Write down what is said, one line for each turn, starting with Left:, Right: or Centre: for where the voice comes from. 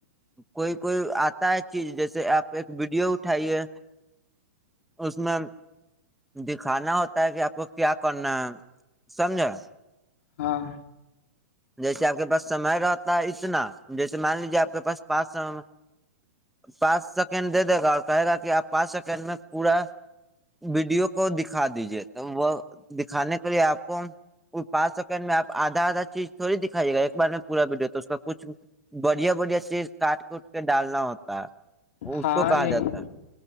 Centre: کوئی کوئی آتا ہے چیز جیسے آپ ایک ویڈیو اٹھائیے اس میں دکھانا ہوتا ہے کہ آپ کو کیا کرنا ہے سمجھا
Left: ہاں
Centre: جیسے آپ کے پاس سمے رہتا ہے اتنا جیسے مان لیجیے آپ کے پاس پانچ س پانچ سیکنڈ دے دے گا اور کہے گا کہ آپ پانچ سیکنڈ میں پورا ویڈیو کو دکھا دیجیے تو وہ دکھانے کے لیے آپ کو پانچ سیکنڈ میں آپ آدھا آدھا چیز تھوڑی دکھائیے گا ایک بار میں پورا ویڈیو تو اس کا کچھ بڑھیا بڑھیا چیز کاٹ کوٹ کے ڈالنا ہوتا ہے
Left: ہاں
Centre: اس کو کہا
Left: یہی
Centre: جاتا ہے